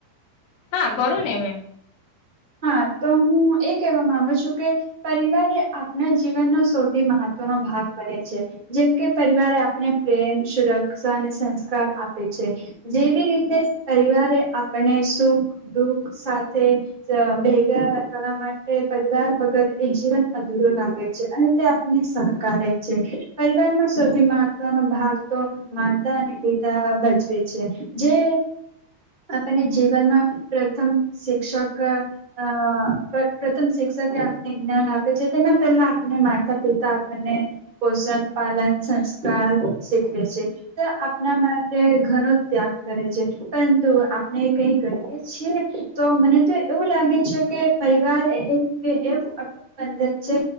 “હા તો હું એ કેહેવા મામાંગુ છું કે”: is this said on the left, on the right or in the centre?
Right